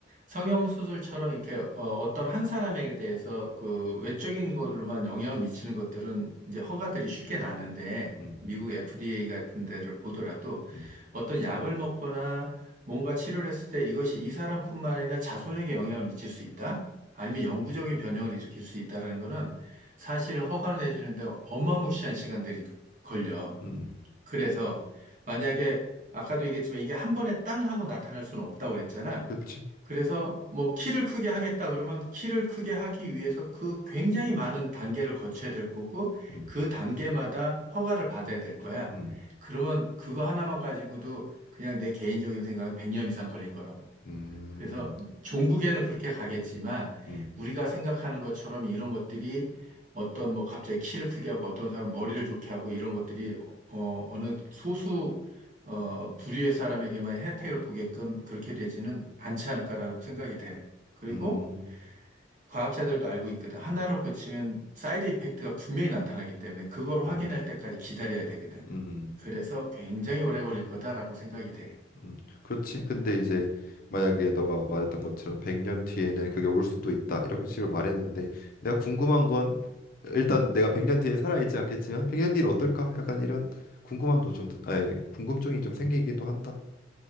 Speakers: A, on the right; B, on the left.
A: 성형수술처럼 이렇게 어, 어떤 한 사람에게 대해서 그 외적인 걸로만 영향을 미치는 것들은 이제 허가들이 쉽게 나는데
B: 음,
A: 미국 FDA 같은 데를 보더라도
B: 음,
A: 어떤 약을 먹거나 뭔가 치료를 했을 때 이것이 이 사람뿐만 아니라 자손에게 영향을 미칠 수 있다? 아니면 영구적인 변형을 일으킬 수 있다라는 거는 사실 허가를 내주는데 어마무시한 시간들이 걸려.
B: 음,
A: 그래서 만약에 아까도 얘기했지만 이게 한 번에 땅 하고 나타날 수는 없다고 그랬잖아.
B: 그렇지.
A: 그래서 뭐 키를 크게 하겠다 그러면 키를 크게 하기 위해서 그 굉장히 많은 단계를 거쳐야 될 거고
B: 음,
A: 그 단계마다 허가를 받아야 될 거야.
B: 음,
A: 그러면 그거 하나만 가지고도 그냥 내 개인적인 생각은 100년 이상 걸릴 거라고.
B: 음,
A: 그래서 종국에는 그렇게 가겠지만
B: 음,
A: 우리가 생각하는 것처럼 이런 것들이 어떤 뭐 갑자기 키를 크게 하고 어떤 사람 머리를 좋게 하고 이런 것들이 어 어, 어느 소수 어 부류의 사람에게만 혜택을 보게끔 그렇게 되지는 않지 않을까라고 생각이 돼. 그리고
B: 음,
A: 과학자들도 알고 있거든. 하나를 고치면 사이드 이펙트가 분명히 나타나기 때문에 그걸 확인할
B: 음,
A: 때까지 기다려야 되거든.
B: 음.
A: 그래서 굉장히 오래 걸릴 거다라고 생각이 돼.
B: 음, 그렇지. 근데 이제 만약에 너가 말했던 것처럼 100년 뒤에는 그게 올 수도 있다. 이렇게 식으로 말했는데 내가 궁금한 건 일단 내가 100년 뒤에 살아 있지 않겠지만 100년 뒤는 어떨까? 약간 이런 궁금함도 좀 드- 아니, 궁금증이 좀 생기기도 한다.